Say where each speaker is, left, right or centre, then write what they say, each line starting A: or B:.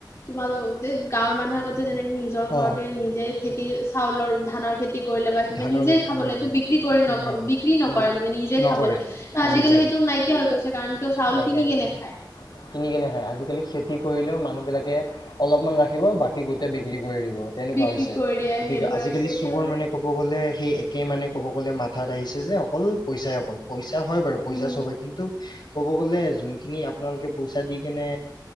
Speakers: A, on the left; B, on the left.
A: তোমালোকে গাঁৱৰ মানুহৰ আগত যেনেকে নিজৰ ঘৰতে
B: অ
A: নিজে খেতি চাউলৰ ধানৰ খেতি কৰিলে বা কিবা
B: ধানৰ
A: নিজে
B: খেতি
A: খাবলে
B: উম উম
A: একো বিক্ৰী <unintelligible> ন
B: উম
A: বিক্ৰী নকৰে
B: উম
A: মানে নিজে
B: নকৰে
A: খাবলে আজিকালি
B: নিজে
A: সেইটো নাইকিয়া হৈ গৈছে কাৰণ কিয় চাউল
B: নাইকিয়া
A: কিনি
B: হৈ
A: কেনে
B: গৈছে
A: নেখায়।
B: কিনি কেনে খায়। আজিকালি, খেতি কৰিলেওঁ মানুহবিলাকে, অলপমান ৰাখিব। বাকী গোটেই বি কৰি দিব তেনেকুৱা
A: বিক্ৰী
B: হৈছে।
A: কৰি দিয়ে সেইটোৱে
B: আজিকালি
A: হৈছে এতিয়া
B: চবৰ মানে, ক'ব গ'লে সেই, একে মানে, ক'ব গ'লে মাথাত আহিছে যে, অকল পইচাই, অকল পইচা এ, হয় বাৰু। পইচা
A: উম
B: চবে কিন্তু, ক'ব গ'লে যোনখিনি আপোনালোকে পইচা দি কেনে